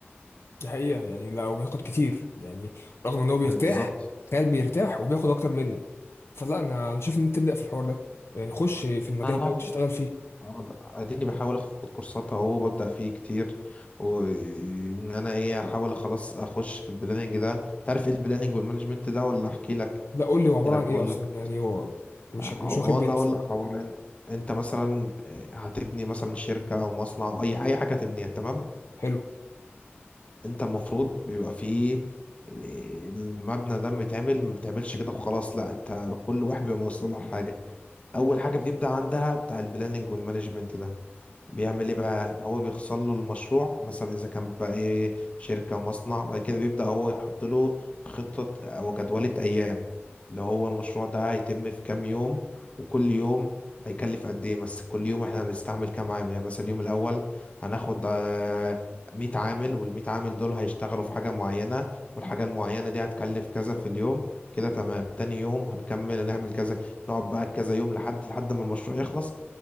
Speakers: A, on the left; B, on the left.
A: دي حقيقه يعني لو بياخد كتير يعني رغم ان هو بيرتاح
B: بالظبط
A: تخيل بيرتاح وبياخد اكتر منه فلا انا انا شايف ان انت تبدا في الحوار ده يعني خش في المجال
B: انا بقعد-
A: ده وتشتغل فيه
B: أقعد- اديني بحاول اخد كورسات اهو ببدا فيه كتير وان انا ايه احاول خلاص اخش في البلاننج ده تعرف ايه البلاننج والمانجمنت ده ولا احكي لك
A: لا قول لي هو عبارة
B: احكي لك
A: عن
B: اقول
A: ايه اصلا
B: لك
A: يعني هو مش
B: هو
A: مش واخد بالي
B: انا اقول
A: بصراحة
B: لك هو أنا- انت مثلا هتبني مثلا شركه او مصنع او اي اي حاجه تبنيها تمام
A: حلو
B: انت المفروض بيبقى فيه المبنى ده متعمل ما بتعملش كده وخلاص لا انت كل واحد بيبقى مسؤول عن حاجه اول حاجه بيبدا عندها بتاع البلاننج والمانجمنت ده بيعمل ايه بقى هو بيخصل له المشروع مثلا اذا كان بقى ايه شركة مصنع بعد كده بيبدأ هو يحط له خطة او جدولة ايام اللي هو المشروع ده هيتم في كام يوم وكل يوم هيكلف قد ايه مثلا كل يوم احنا هنستعمل كام عامل يعني مثلا اليوم الاول هناخد آه، 100 عامل وال100 عامل دول هيشتغلوا في حاجة معينة والحاجة المعينة دي هتكلف كذا في اليوم كده تمام تاني يوم هنكمل هنعمل كذا نقعد بقى كذا يوم لحد لحد ما المشروع يخلص